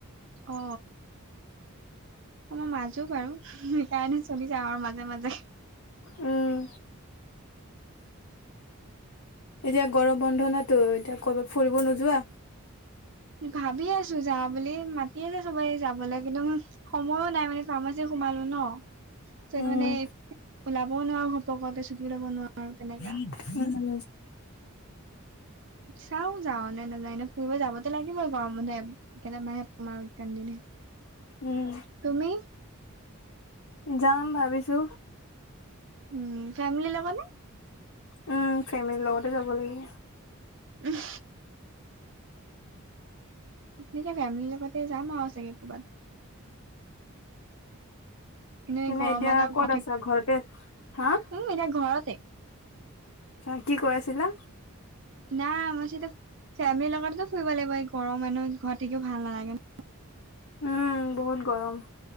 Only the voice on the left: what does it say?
উম, এতিয়া গৰম বন্ধ নহতো এতিয়া ক'ৰবাত ফুৰিব নোযোৱা?
উম
উম, <unintelligible>
উম
যাম ভাবিছো।
উম, ফেমেলি লগতে যাব লাগিব।
তেনে
এতিয়া ক'ত
আছা
ঘৰতে হা
অ', কি কৈ আছিলা?
উম, বহুত গৰম।